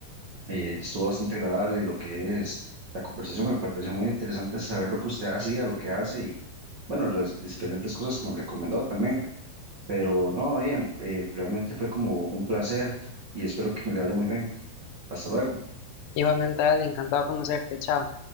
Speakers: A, on the right; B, on the left.
A: eh, estuvo bastante agradable lo que es la conversación, me pareció muy interesante saber lo que usted hacía, lo que hace y bueno, las diferentes cosas que me recomendó también, pero no, Ian, eh, realmente fue como un placer y espero que me le vaya muy bien. Hasta luego.
B: Igualmente, dale, encantado de conocerte, chao.